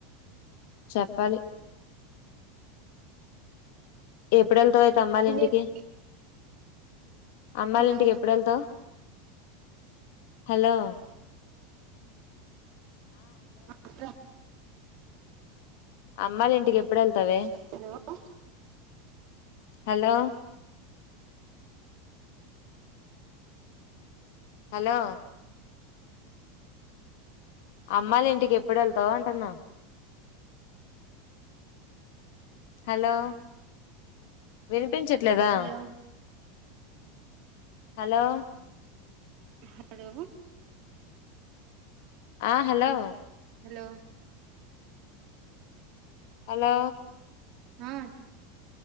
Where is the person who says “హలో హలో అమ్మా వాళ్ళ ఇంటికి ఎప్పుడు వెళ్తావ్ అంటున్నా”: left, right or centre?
Left